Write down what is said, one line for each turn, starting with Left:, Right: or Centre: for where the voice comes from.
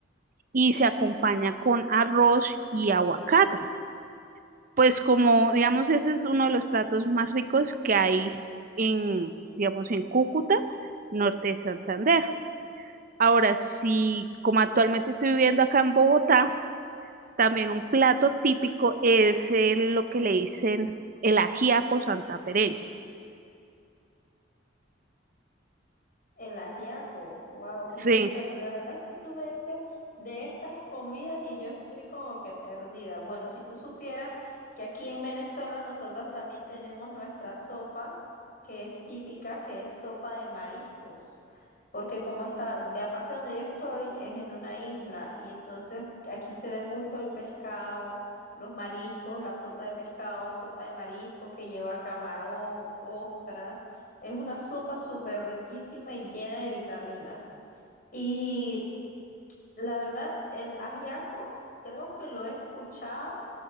Right: y se acompaña con arroz y aguacate. Pues como, digamos, ese es uno de los platos más ricos que hay en, digamos, en Cúcuta, norte de Santander. Ahora, si como actualmente estoy viviendo acá en Bogotá, también un plato típico es el- lo que le dicen el ajiaco santafereño.
Left: El ajiaco, wow, qué
Right: Sí.
Left: interesante. La verdad es que tú me dices de estas comidas y yo estoy como que perdida. Bueno, si tú supieras que aquí en Venezuela nosotros también tenemos nuestra sopa, que es típica, que es sopa de mariscos, porque como está, la parte donde yo estoy es en una isla y entonces aquí se ve mucho el pescado, los mariscos, la sopa de pescado, sopa de mariscos que lleva camarón, ostras. Es una sopa súper riquísima y llena de vitaminas. Y la verdad, el ajiaco creo que lo he escuchado,